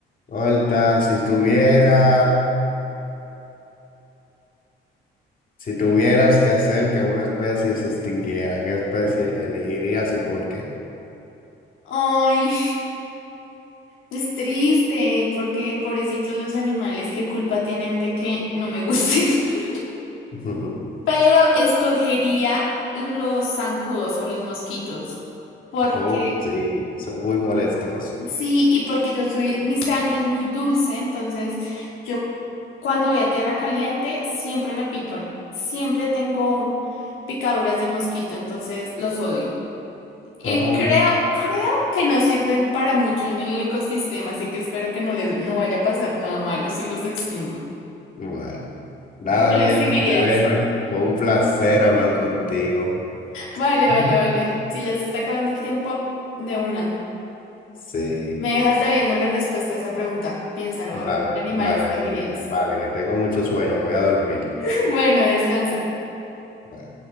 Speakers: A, on the left; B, on the left.
A: Ahorita, si estuviera. Si tuvieras que hacer que una especie se extinguiera, ¿qué especie elegirías y por qué?
B: Ay, es triste, porque pobrecitos los animales, ¿qué culpa tienen de que no me gusten? <laughs>
A: <laughs>
B: Pero escogería los zancudos o los mosquitos. Porque
A: Oh, sí, son muy molestosos.
B: sí, y porque yo soy, mi sangre es muy dulce, entonces yo cuando voy a tierra caliente siempre me pican. Siempre tengo picaduras de mosquito, entonces los odio. Y
A: Oh,
B: creo, creo que no sirven para mucho en el ecosistema, así que espero que no les no vaya a pasar nada malo si los extingo.
A: bueno, nada,
B: ¿Tú cuál
A: Daniela,
B: extinguirías?
A: te dejo. y Fue un placer hablar contigo.
B: Vale,
A: <laughs>
B: vale, vale. Si ya se está acabando el tiempo, de una.
A: Sí,
B: Me dejas debiendo la respuesta a esa pregunta. Piénsalo,
A: vale,
B: a ver, ¿qué animal
A: vale,
B: extinguirías?
A: vale, vale, que tengo mucho sueño, me voy a dormir.
B: <laughs> Bueno, descansa.
A: Bye.